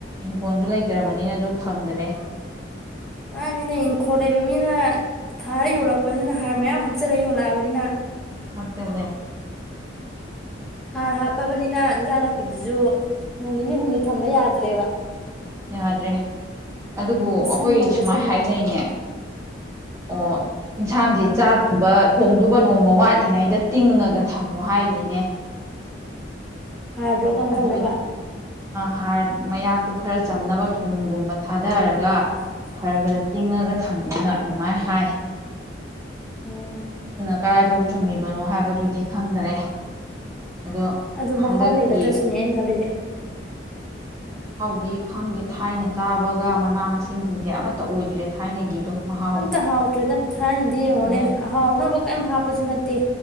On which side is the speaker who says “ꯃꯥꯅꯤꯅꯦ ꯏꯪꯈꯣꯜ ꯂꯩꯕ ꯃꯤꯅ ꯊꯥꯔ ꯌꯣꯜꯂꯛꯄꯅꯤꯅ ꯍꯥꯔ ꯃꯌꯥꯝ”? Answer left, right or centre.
Centre